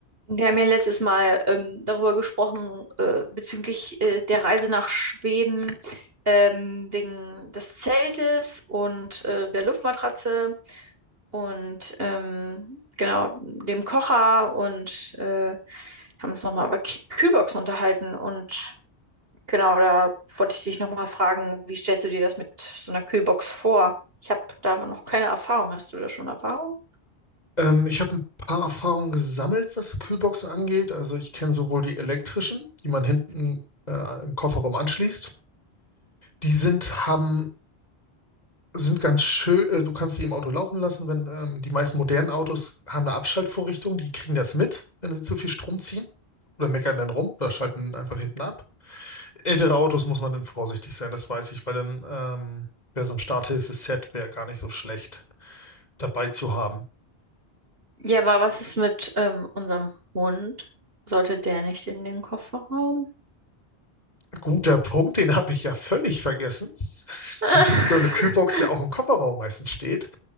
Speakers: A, on the right; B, on the left.
A: Wir haben ja letztes Mal ähm, darüber gesprochen, äh, bezüglich äh, der Reise nach Schweden, ähm, wegen des Zeltes und äh, der Luftmatratze und ähm, genau dem Kocher und äh, haben uns nochmal über K Kühlboxen unterhalten. Und genau, da wollte ich dich nochmal fragen, wie stellst du dir das mit so einer Kühlbox vor? Ich habe da noch keine Erfahrung. Hast du da schon Erfahrung?
B: Ähm, ich habe ein paar Erfahrungen gesammelt, was Kühlboxen angeht. Also ich kenne sowohl die elektrischen, die man hinten äh, im Kofferraum anschließt. Die sind, haben, sind ganz schön, äh, du kannst die im Auto laufen lassen, wenn ähm, die meisten modernen Autos haben eine Abschaltvorrichtung, die kriegen das mit, wenn sie zu viel Strom ziehen. Oder meckern dann rum oder schalten einfach hinten ab. Ältere Autos muss man dann vorsichtig sein, das weiß ich, weil dann ähm, wäre so ein Starthilfe-Set wäre gar nicht so schlecht dabei zu haben.
A: Ja, aber was ist mit ähm, unserem Hund? Sollte der nicht in den Kofferraum?
B: Guter Punkt, den habe ich ja völlig vergessen. Dass
A: <laughs>
B: dass so eine Kühlbox ja auch im Kofferraum meistens steht.